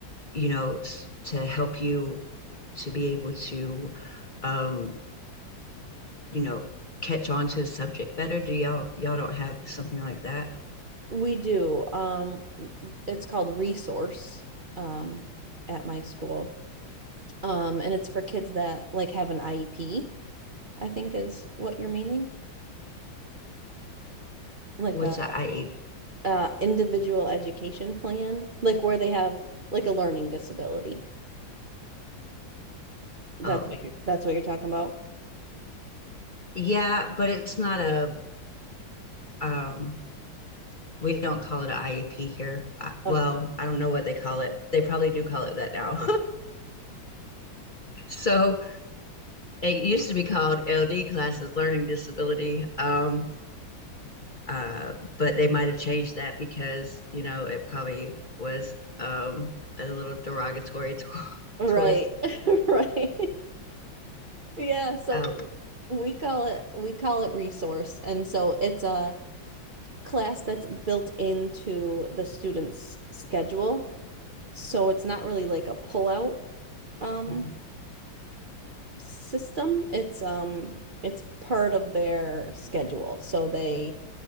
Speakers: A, on the left; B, on the right.
A: you know, to help you to be able to um, you know, catch on to the subject better? Do y'all y'all don't have something like that?
B: We do. Um it's called Resource um at my school. Um and it's for kids that like have an IEP, I think is what you're meaning. Like
A: What's
B: a
A: the IEP?
B: uh individual education plan, like where they have like a learning disability. That's
A: Oh,
B: what you're that's what you're talking about.
A: yeah, but it's not a um we don't call it an IEP here. I,
B: Okay.
A: well, I don't know what they call it. They probably do call it that now. <laughs> so it used to be called LD classes, learning disability. Um, uh, but they might have changed that because you know it probably was um a little derogatory <laughs> to-
B: Right.
A: towards.
B: <laughs> Right. Yeah, so
A: Oh,
B: we call it we call it resource. And so it's a class that's built into the student's schedule. So it's not really like a pullout um
A: mm-hmm.
B: system. It's um it's part of their schedule. So they